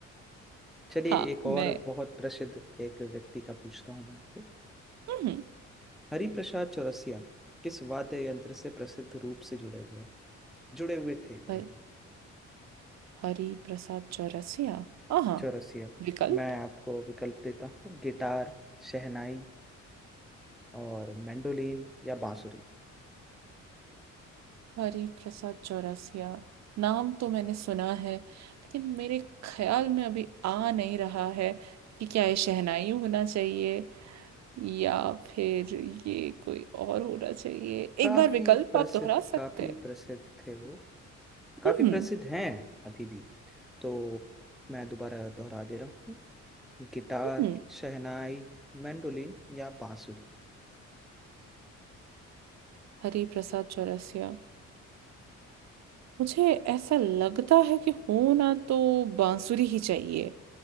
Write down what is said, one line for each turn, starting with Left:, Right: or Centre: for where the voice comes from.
Centre: चलिए
Right: हाँ
Centre: एक और
Right: मैं
Centre: बहुत प्रसिद्ध एक व्यक्ति का पूछता हूँ मैं आपको
Right: हम्म
Centre: हरिप्रसाद चौरसिया किस वाद्य यंत्र से प्रसिद्ध रूप से जुड़े हुए हैं जुड़े हुए थे I
Right: हर-
Centre: mean,
Right: हरि प्रसाद चौरसिया हाँ
Centre: चौरसिया
Right: विकल्प
Centre: मैं आपको विकल्प देता हूँ गिटार शहनाई और मैंडोलिन या बांसुरी
Right: हरि प्रसाद चौरसिया नाम तो मैंने सुना है लेकिन मेरे ख्याल में अभी आ नहीं रहा है कि क्या ये शहनाई होना चाहिए या फिर ये कोई और होना चाहिए
Centre: काफी
Right: एक बार विकल्प
Centre: प्रसिद्ध
Right: आप दोहरा सकते
Centre: काफी
Right: हैं
Centre: प्रसिद्ध थे वो काफी
Right: हम्म
Centre: प्रसिद्ध हैं अभी भी तो मैं दोबारा दोहरा दे रहा हूँ गिटार
Right: हम्म
Centre: शहनाई मैंडोलिन या बांसुरी
Right: हरि प्रसाद चौरसिया मुझे ऐसा लगता है कि होना तो बांसुरी ही चाहिए